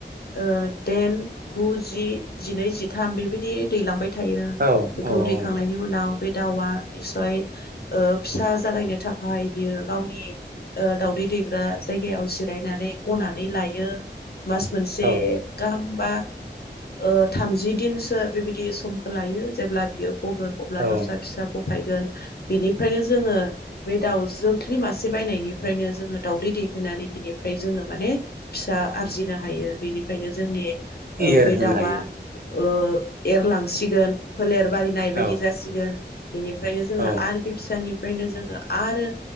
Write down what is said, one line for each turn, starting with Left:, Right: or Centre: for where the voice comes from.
Left: ओ देन गु जि जिनै जिथाम बेबायदि दैलांबाय थायो
Right: औ
Left: बेखौ दैखांनायनि उनाव बे दाउआ निसय ओ फिसा जागायनो थाखाय बियो गावनि ओ दावउदै दैग्रा जाय जायगायाव जिरायनानै गनानै लायो मास मोनसे
Right: औ
Left: गाहाम बा ओ थामजि दिनसो बेबायदि समखौ लायो जेब्ला बियो गगोन अब्ला
Right: औ
Left: दाउसा फिसा फायगोन बेनिफ्रायनो जोङो बे दाउ जोख्लि मासे बायनायनिफ्रायनो जोङो दाउदै दै दैनानै बिनिफ्राय जोङो माने फिसा आरजिनो हायो बेनिफ्रायनो जोंनि
Right: एरहोनो
Left: ओ बे दाउआ
Right: हायो
Left: ओ एरलांसिगोन फोलेर बारिनाय बादि
Right: औ
Left: जासिगोन बेनिफ्रायनो जोङो
Right: औ
Left: आरो बे फिसानि फ्रायनो जोङो आरो